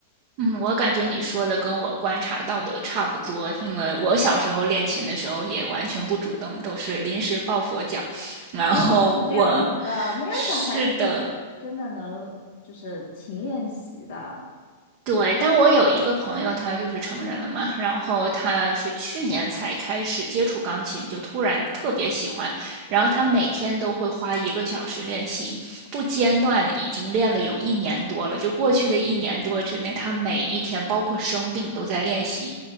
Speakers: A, on the right; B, on the left.
A: 嗯，我感觉你说的跟我观察到的差不多，因为我小时候练琴的时候也完全不主动，都是临时抱佛脚。然后我
B: 我也是这样子的，没有小孩是
A: 是的，
B: 真的能就是勤练习的，
A: 对，但我有一个朋友，他就是成人了嘛，然后他是去年才开始接触钢琴，就突然特别喜欢，然后他每天都会花一个小时练习，不间断，已经练了有一年多了。就过去的一年多之内，他每一天，包括生病，都在练习，